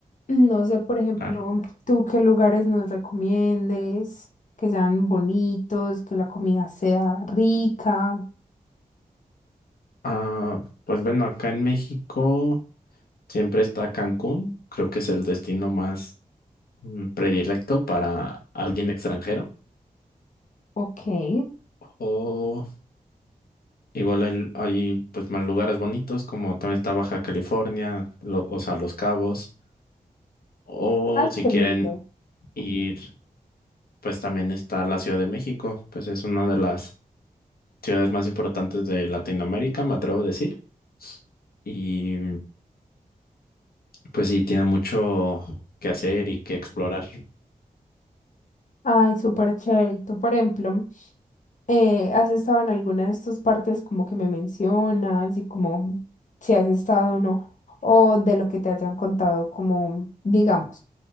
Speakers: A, on the left; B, on the left.
A: No sé, por ejemplo,
B: claro.
A: tú qué lugares nos recomiendes, que sean bonitos, que la comida sea rica.
B: Ah, pues bueno, acá en México siempre está Cancún. Creo que es el destino más mm, predilecto para alguien extranjero.
A: Ok. Ay,
B: O igual hay, hay, pues más lugares bonitos como también está Baja California, lo- o sea, Los Cabos. O si
A: qué
B: quieren
A: lindo.
B: ir, pues también está la Ciudad de México. Pues es una de las ciudades más importantes de Latinoamérica, me atrevo a decir. Y Pues sí, tiene mucho que hacer y que explorar.
A: Ay, súper chévere. Y tú, por ejemplo, eh, ¿has estado en alguna de estas partes como que me mencionas y como si has estado o no? O de lo que te hayan contado, como digamos.